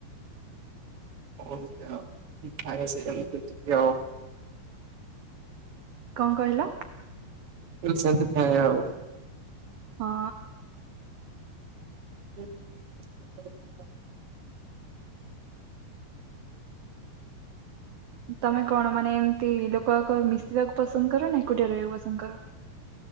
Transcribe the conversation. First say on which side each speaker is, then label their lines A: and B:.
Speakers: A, on the right; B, on the right.
A: <inaudible>
B: କଣ କହିଲ?
A: କଲି ସେମିତି ଥାଏ ଆଉ।
B: ହଁ।
A: <unintelligible>
B: ତମେ କଣ ମାନେ ଏମତି ଲୋକବାକ ମିଶିବାକୁ ପସନ୍ଦ କର ନା ଏକୁଟିଆ ରହିବାକୁ ପସନ୍ଦ କର?